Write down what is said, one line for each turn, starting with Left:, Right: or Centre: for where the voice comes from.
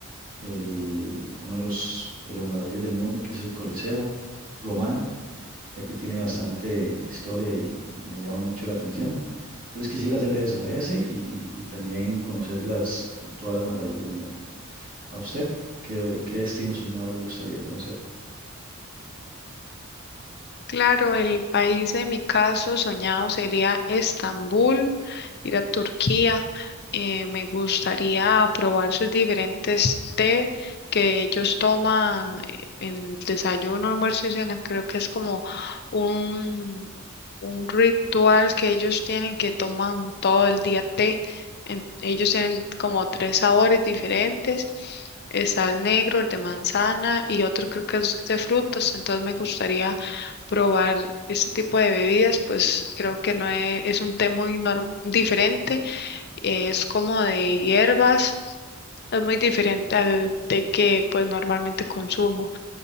Right: el, uno de los, de las maravillas del mundo, que es el Coliseo romano, ya que tiene bastante historia y me llama mucho la atención. Entonces quisiera hacer eso, ese y, y- y también conocer las, todas las maravillas del mundo. ¿A usted qué, qué destino soñado les gustaría conocer?
Left: Claro, el país de mi caso soñado sería Estambul, ir a Turquía. Eh, me gustaría probar sus diferentes té que ellos toman eh, en el desayuno, almuerzo y cena. Creo que es como un, un ritual que ellos tienen que toman todo el día té. En- ellos tienen como tres sabores diferentes. Está el negro, el de manzana y otro creo que es de frutas. Entonces me gustaría probar este tipo de bebidas, pues creo que no es, es un té muy norm- diferente, es como de hierbas, es muy diferente al té que pues normalmente consumo.